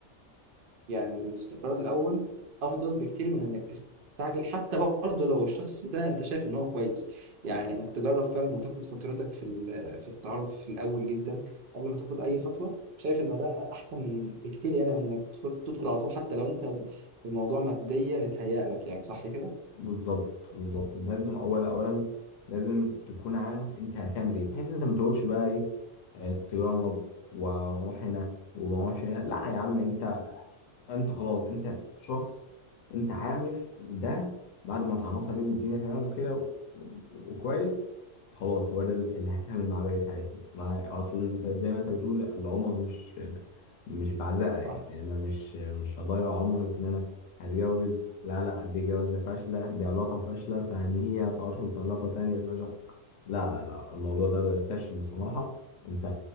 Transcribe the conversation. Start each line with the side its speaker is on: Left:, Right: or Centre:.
Right: يعني الاستقرار الأول أفضل بكتير من إنك تستعجل حتى برضه لو الشخص ده أنت شايف إن هو كويس يعني إنك تجرب فعلا وتاخد فترتك في ال- في التعرف في الأول جدا قبل ما تاخد أي خطوة شايف إن ده أحسن بكتير يعني من إنك تدخل تدخل على طول حتى لو أنت الموضوع ماديا اتهيأ لك يعني صح كده؟
Left: بالظبط بالظبط لازم اولا اولا لازم تكون عارف انت هتعمل ايه بحيث انت ما تقولش بقى ايه آه، تجرب واروح هنا وما اروحش هنا لا يا عم انت انت خلاص انت شخص انت عارف ده بعد ما اتعرفت عليه والدنيا تمام وكده و- وكويس خلاص هو ده اللي هكمل مع بقية حياتي مع اصل انت زي ما انت بتقول العمر مش مش بعزقه يعني
Right: صح.
Left: انا مش مش هضيع عمري في ان انا هتجوز لا لا دي جوازة فاشلة دي علاقة فاشلة فهنيها فادخل في علاقة تانية لا لا لا الموضوع ده فاشل بصراحة انت